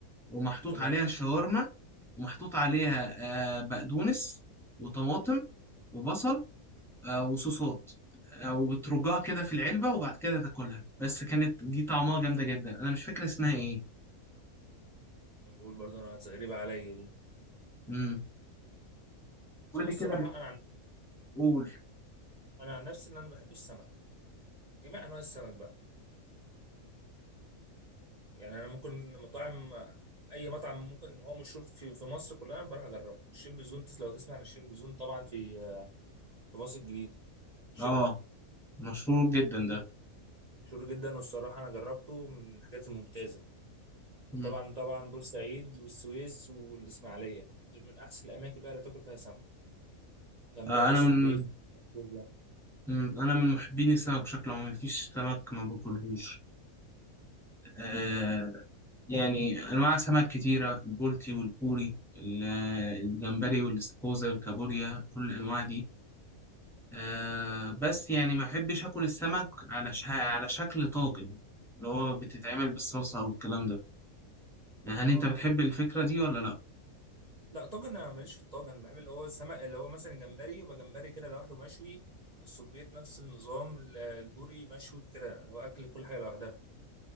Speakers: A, in the centre; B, on the right (about 45°).
A: ومحطوط
B: تمام
A: عليها شاورما ومحطوط عليها أه بقدونس وطماطم وبصل أه وصوصات أه وبترجها كده في العلبة وبعد كده تاكلها بس كانت دي طعمها جامدة جدا أنا مش فاكر اسمها إيه
B: بقول برضه انا غريبه عليا دي
A: امم قول
B: هو
A: لي
B: الصراحه
A: كده
B: انا عن...
A: بتقول
B: انا عن نفسي ان انا بحب السمك جميع انواع السمك بقى يعني انا ممكن مطاعم اي مطعم ممكن هو مشهور في في مصر كلها انا بروح اجربه الشين بزون تس- لو تسمع عن الشين بزون طبعا في في مصر الجديده شيراتون
A: اه مشهور جدا ده
B: مشهور جدا والصراحه انا جربته من الحاجات الممتازه وطبعا
A: امم
B: طبعا بورسعيد والسويس والاسماعيليه دول من احسن الاماكن بقى اللي تاكل فيها سمك جمبري
A: آه انا
B: صبيط
A: من
B: كوبيا.
A: مم. انا من محبين السمك بشكل عام مفيش سمك ما باكلهوش آه يعني انواع سمك كتيره البولتي والبوري ال- الجمبري والاستاكوزا والكابوريا كل الانواع دي آه بس يعني ما احبش اكل السمك على ش... على شكل طاجن اللي هو بتتعمل بالصلصه والكلام ده هل انت
B: اه
A: بتحب الفكره دي ولا لا
B: لا طاجن انا ماليش في الطاجن انا بحب اللي هو السمك اللي هو مثلا جمبري يبقى جمبري كده لوحده مشوي السبيط نفس النظام ال- البوري مشوي كده اللي هو اكل كل حاجه لوحدها